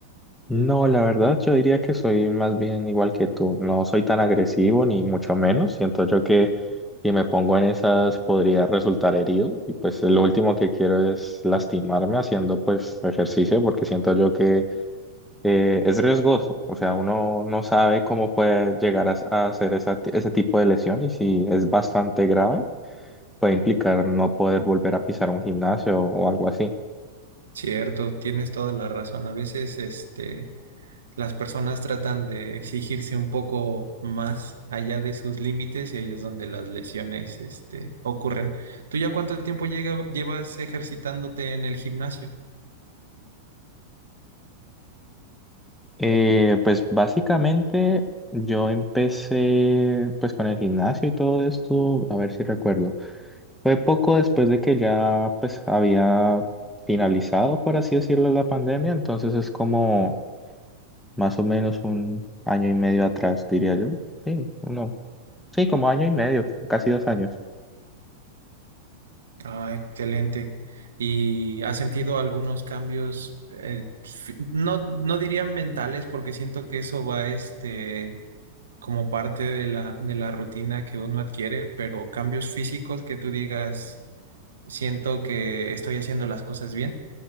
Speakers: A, in the centre; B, on the right.
A: No, la verdad yo diría que soy más bien igual que tú. No soy tan agresivo ni mucho menos. Siento yo que si me pongo en esas podría resultar herido y pues lo último que quiero es lastimarme haciendo pues ejercicio porque siento yo que eh, es riesgoso. O sea, uno no sabe cómo puede llegar a, a hacer esa ti- ese tipo de lesión y si es bastante grave puede implicar no poder volver a pisar un gimnasio o algo así.
B: Cierto, tienes toda la razón. A veces este, las personas tratan de exigirse un poco más allá de sus límites y ahí es donde las lesiones, este, ocurren. ¿Tú ya cuánto tiempo llega- llevas ejercitándote en el gimnasio?
A: Eh, pues básicamente yo empecé pues con el gimnasio y todo esto, a ver si recuerdo. Fue poco después de que ya pues había finalizado, por así decirlo, la pandemia, entonces es como más o menos un año y medio atrás, diría yo. Sí, uno, sí, como año y medio, casi dos años.
B: Ah, excelente. ¿Y has sentido algunos cambios, eh, fi- no, no diría mentales, porque siento que eso va, este, como parte de la, de la rutina que uno adquiere, pero cambios físicos que tú digas, siento que estoy haciendo las cosas bien?